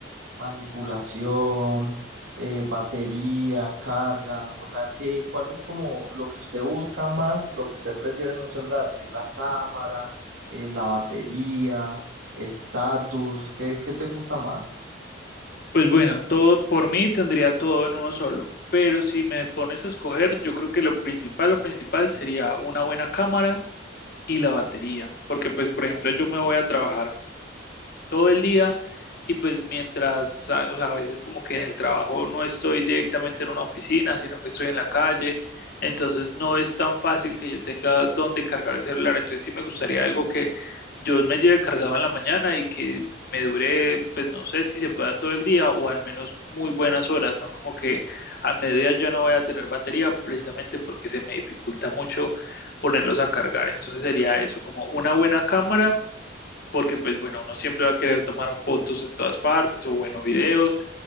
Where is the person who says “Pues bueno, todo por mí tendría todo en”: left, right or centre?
Left